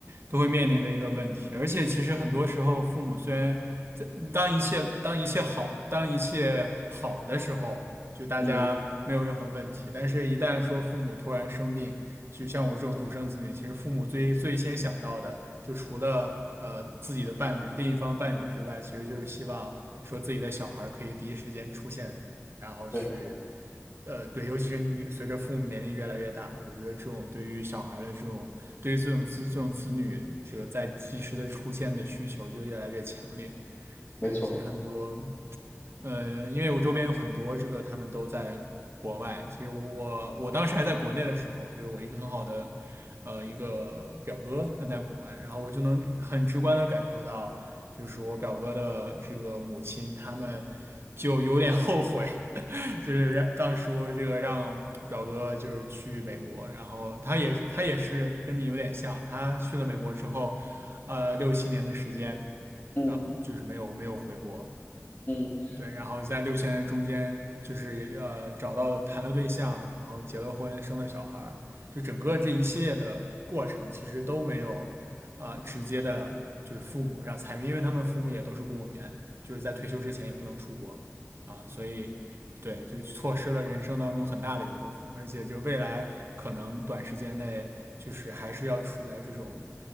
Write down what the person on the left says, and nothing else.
嗯，
对，
没错。
嗯
嗯。